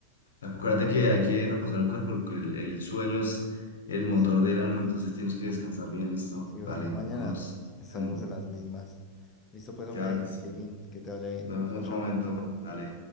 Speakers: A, on the left (about 70°); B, on the left (about 25°).
A: Acuérdate que hay que repasar el cuerpo, porque el, el sueño es el
B: Es
A: motor
B: importante,
A: del alma, entonces
B: sí.
A: tienes
B: Sí
A: que descansar bien, listo.
B: Sí
A: Dale,
B: o si no, mañana
A: nos vemos.
B: estaremos
A: en-
B: en las mismas. Listo, pues,
A: Claro
B: hombre,
A: que sí.
B: Dieguín, que te vaya bien.
A: Nos vemos
B: Chao,
A: en otro
B: chao.
A: momento. Dale.